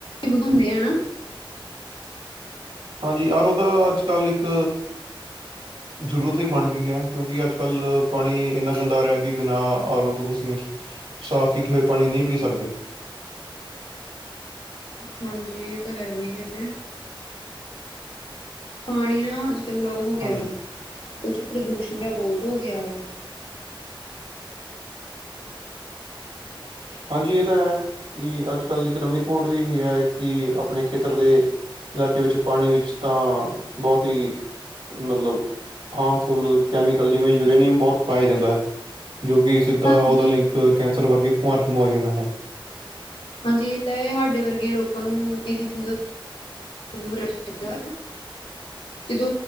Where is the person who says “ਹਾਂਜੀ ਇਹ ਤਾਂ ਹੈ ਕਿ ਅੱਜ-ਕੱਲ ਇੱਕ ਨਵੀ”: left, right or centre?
Right